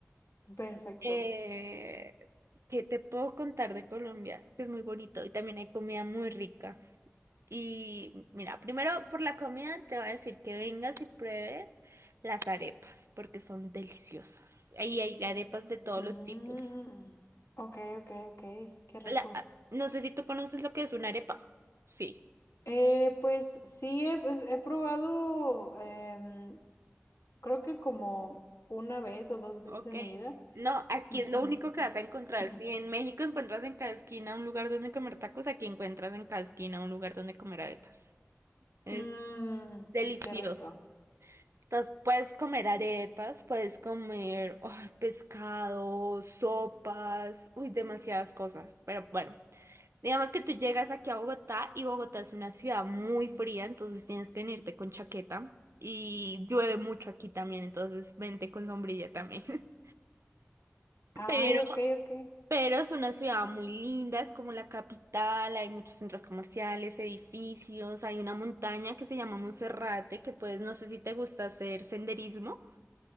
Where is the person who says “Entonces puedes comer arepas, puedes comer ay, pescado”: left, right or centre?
Right